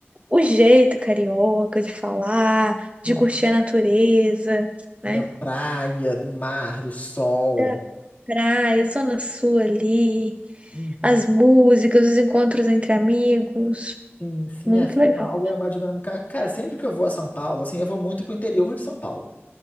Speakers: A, on the right; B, on the left.
A: o jeito carioca de falar, de
B: Uhum.
A: curtir a natureza, né?
B: Da praia, do mar, do sol.
A: da praia, Zona Sul ali,
B: Uhum.
A: as músicas, os encontros entre amigos.
B: Sim, sim,
A: Muito
B: é, São
A: legal.
B: Paulo é uma dinâmica. Cara, sempre que eu vou a São Paulo, assim, eu vou muito pro interior de São Paulo.